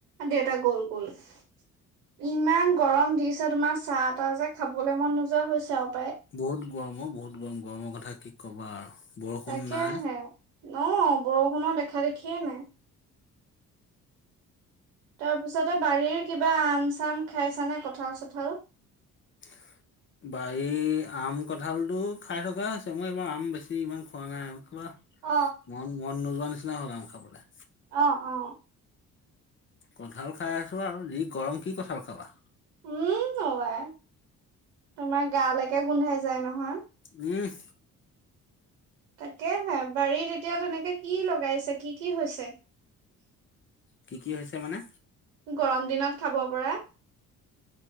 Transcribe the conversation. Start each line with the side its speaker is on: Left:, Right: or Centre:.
Right: দেউটা গ'ল, গ'ল । ইমান গৰম দিছে তোমাৰ চাহ -তাহ যে খাবলে মন নোযোৱা হৈছে আও ।
Left: বহুত গৰম অ', বহুত গৰম, গৰমৰ কথা কি ক'বা আৰু। বৰষুণ
Right: তাকেহে,
Left: নাই
Right: ন' বৰষুণৰ দেখা দেখিয়ে নাই । তাৰপিছতে বাৰীৰ কিবা আম চাম খাইছা নে কঁঠাল- চঠাল?
Left: <inaudible> বাৰি আম, কঁঠালটো খাই থকা হৈছে। মই এইবাৰ আম বেছি, ইমান খোৱা নাই আৰু কিবা,
Right: অ',
Left: মন মন নোযোৱা নিচিনা হ'ল আম খাবলে।
Right: অ', অ'
Left: কঁঠাল খাই আছো আৰু যি গৰম কি কঁঠাল খাবা?
Right: উম, অ' আই তোমাৰ গালৈকে গোন্ধাই যায় নহয় ।
Left: উম
Right: তাকেহে, বাৰীত এতিয়া তেনেকে কি লগাইছে? কি কি হৈছে?
Left: কি কি হৈছে মানে?
Right: গৰম দিনত খাব পাৰা?